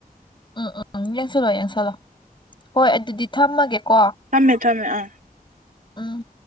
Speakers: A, on the left; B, on the right.
A: ꯎꯝ ꯎꯝ ꯎꯝ ꯌꯦꯡꯁꯜꯂꯣ ꯌꯦꯡꯁꯜꯂꯣ ꯍꯣꯏ ꯑꯗꯨꯗꯤ ꯊꯝꯃꯒꯦꯀꯣ
B: ꯊꯝꯃꯦ ꯊꯝꯃꯦ ꯑꯥ
A: ꯎꯝ